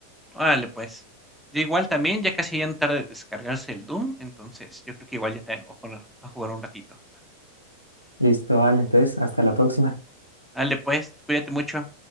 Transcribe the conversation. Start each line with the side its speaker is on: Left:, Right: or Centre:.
Centre: Órale, pues. Yo igual también, ya casi ya no tarda de descargarse el Doom, entonces yo creo que igual ya te voy a poner a jugar un ratito.
Left: Listo, Alex. Entonces, hasta la próxima.
Centre: Dale, pues, cuídate mucho.